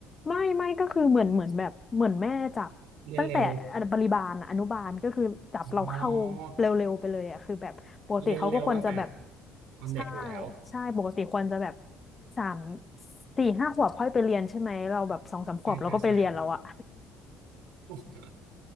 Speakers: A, on the left; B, on the right.
A: ไม่ไม่ก็คือเหมือนเหมือนแบบเหมือนแม่จับตั้งแต่
B: เรียนเร็ว
A: บริบาลอะอนุบาลก็คือจับเราเข้าเร็วๆไปเลยอะคือแบบปกติเขาก็ควรจะแบบ
B: อ๋อเรียนเร็วตั้งแต่ ตอนเด็กอยู่แล้ว
A: ใช่ใช่ปกติควรจะแบบสามสี่ห้าขวบค่อยไปเรียนใช่ไหมเราแบบสองสามขวบเราก็ไปเรียนแล้วอะ
B: ใช่ใช่ใช่ <laughs>